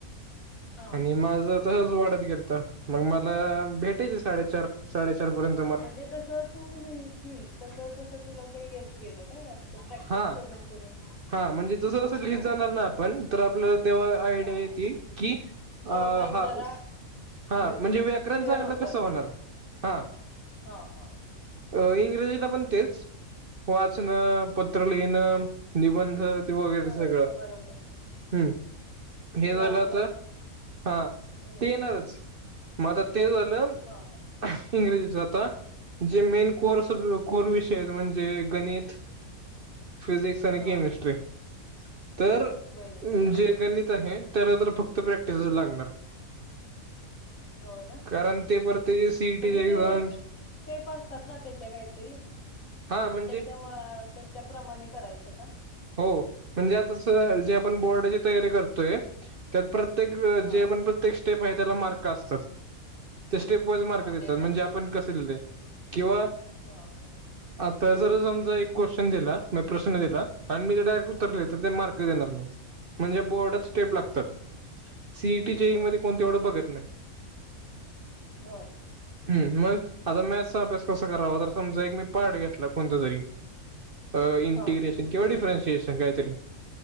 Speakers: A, on the left; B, on the right.
A: हा
B: आणि माझं तसच वाढत गेलत मग मला भेटायच साडेचार साडेचारपर्यंत.
A: म्हणजे जसं तू लिहिशिल तसं तसं तुला ते येत गेलं काय आ प्रॅक्टिस
B: हा
A: करून करून.
B: हा म्हणजे जसं जसं लिहित
A: हा
B: जाणार ना आपण तर आपल्याला तेव्हा आयडिया
A: हा
B: येती की अ
A: तेवढंच
B: हा
A: जरा
B: हा
A: हे होते
B: म्हणजे व्याकरण
A: क्लिअर
B: चांगलं
A: होत जाते
B: कसं होणार हा.
A: हा हा.
B: अ इंग्रजीला पण तेच वाचन प पत्र लिहीन निबंध वगैरे
A: होय
B: ते सगळं
A: बरोबर
B: हं. हे
A: ग्रामर
B: झालं आता हा
A: हम्म
B: ते येणारच मग आता ते झालं.
A: हा.
B: इंग्रजीच आता जे मेन कोर स कोर विषय आहेत म्हणजे गणित फिजिक्स आणि
A: हा
B: केमिस्ट्री तर
A: बरोबर.
B: जे गणित आहे त्याला तर फक्त प्रॅक्टिसच लागणार.
A: हो ना
B: कारण त परत त्याजी सीईटीची
A: म्हणजे ते
B: एक्झाम.
A: स्टेप असतात ना त्याच्या काहीतरी
B: हा म्हणजे
A: मग त्याच्या वा त्याच्या प्रमाणे करायचं का.
B: हो म्हणजे आता स जे आपण बोर्डाची तयारी करतोय. त्यात प्रत्येक अ
A: हा
B: जे आपण प्रत्येक स्टेप आहे त्याला मार्क असतात. त्या स्टेप वाईज मार्क
A: हा
B: देतात म्हणजे
A: ते.
B: आपण कसं लिहिलंय किंवा
A: हा
B: अ आता जर समजा एक क्वेश्चन दिला नाई प्रश्न दिला आणि मी त्याचा डायरेक्ट उत्तर लिहिलं तर
A: हा
B: ते मार्क देणार नाही म्हणजे बोर्डात स्टेप लागतात
A: हा हा.
B: सीईटीच्या
A: होय
B: आ मध्ये कोण तेवढं बघत नाही.
A: होय.
B: हं मग आता मॅथचा अभ्यास कसा करावा तर समजा एक मी पार्ट घेतला कोणता तरी. <inaudible> अ इंटिग्रेशन
A: हा
B: किंवा डिफरेन्शिएशन काहीतरी